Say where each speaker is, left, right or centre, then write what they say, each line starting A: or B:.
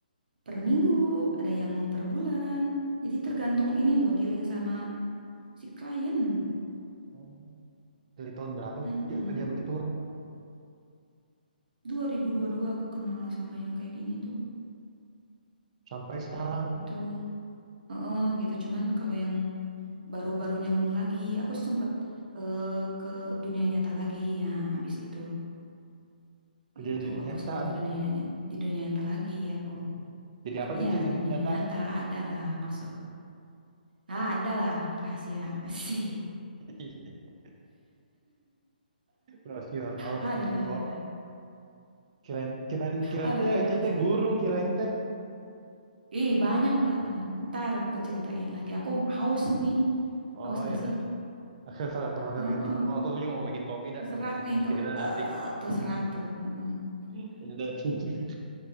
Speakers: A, on the right; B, on the right.
A: per minggu, ada yang per bulan. Jadi tergantung ini loh, dealing sama si klien.
B: Oh. Dari tahun berapa
A: Mm-mm.
B: tuh Cik, kerja begituan?
A: 2022 aku kenal sama yang kayak gini tuh.
B: Sampai sekarang.
A: Gitu. Heeh, gitu. Cuman kalau yang baru-baru nyambung lagi, aku sempet eh, ke dunia nyata lagi ya abis itu.
B: Kerja
A: Gitu,
B: di dunia
A: aku
B: nyata
A: sempet
B: abis
A: ke dunia
B: itu.
A: ny- di dunia nyata lagi aku.
B: Jadi apa
A: Iya,
B: tuh Cik di
A: dunia
B: dunia nyata?
A: nyata ada lah masuk. Ah, ada lah rahasia. <laughs> Sih.
B: <laughs> Rosio, Rosio.
A: Adalah,
B: Kirain, kirain, kirain
A: adalah
B: teh
A: <laughs>
B: Cik
A: rahasia.
B: teh guru, kirain teh.
A: Ih, banyak lah. penga- Ntar keceritain lagi. Aku haus nih.
B: Oh
A: Haus gak
B: ya udah
A: sih?
B: tuh. <laughs> Aku salah teman
A: Heeh.
B: kalian dulu. Aku aku juga mau bikin kopi dah sambil
A: Serak
B: dengerin
A: nih
B: Cik
A: tuh.
B: cerita
A: Eh,
B: nanti. <laughs>
A: tuh serak tuh. Heeh.
B: Ya udah, <laughs>